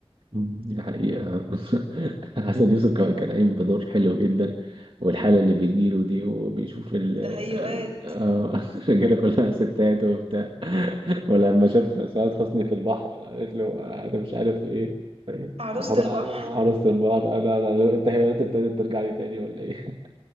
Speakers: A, on the right; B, on the right.
A: دي حقيقة <laughs> حسن يوسف كان كان قايم بدور حلو جدا والحالة اللي بتجيله دي وبيشوف ال
B: تهيؤات
A: آه، <laughs> الرجالة كلها ستات وبتاع <laughs> ولما شاف سعاد حسني في البحر قالت له أنا مش عارف إيه إيه؟
B: عروسة
A: أنا حر-
B: البحر
A: عروسة البحر أنا أنا أنت أنت ابتديت ترجع لي تاني ولا إيه؟